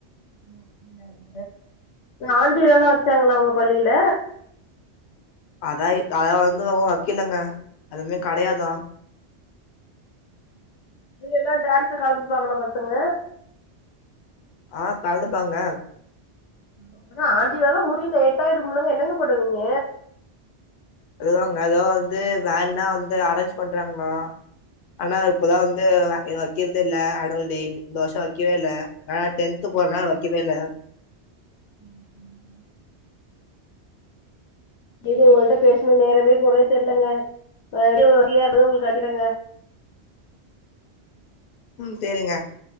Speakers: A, on the left (about 85°); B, on the left (about 60°).
A: எத்தின் நேரோ அ ஆண்டுவிழாலா வச்சாங்களா உங்க பள்ளில
B: அதா அத வந்து உன்னு வைக்கிலங்க அதுவந்து கெடையாதா
A: இதுலெல்லா டான்ஸ்ல கலந்துப்பாங்களா பசங்க
B: ஆ கல்ந்துப்பாங்க
A: அப்டினா ஆண்டுவிழாலா முடிய லேட்டாய்டுமுலங்க என்னங்க பண்ணுவீங்க
B: அதுதாங்க எதோ வந்து வேன்லா வந்து அரேஞ்ச் பண்றாங்ளா ஆனா இப்பதா வந்து இவ இவன் வக்கிற்தில்ல ஆணுவல்டேனு இந்த வர்ஷோ வைக்கவேல்ல வேணா டென்த்து போற்னால வக்கவேல்ல
A: ம் ம் ம் இது உங்கள்ட்ட பேஸ்னா நேரமே போறதே தெர்லங்க நா என்னைக்கு ஒருநா ஃபிரீயா இருந்தா உங்ளுக் அடிக்கிறங்க
B: ம் சேரிங்க